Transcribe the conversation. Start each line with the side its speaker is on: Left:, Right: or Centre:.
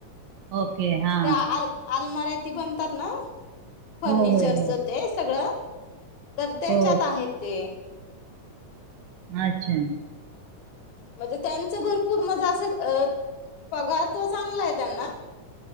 Right: ओके हा
Left: त्या आल आलमाऱ्या ती बनतात ना, फर्निचरचं
Right: हो हो हो
Left: ते सगळं तर त्याच्यात
Right: हो
Left: आहेत ते.
Right: अच्छा.
Left: म्हणजे त्यांचं भरपूर म्हणजे असं पगार तो चांगला आहे त्यांना.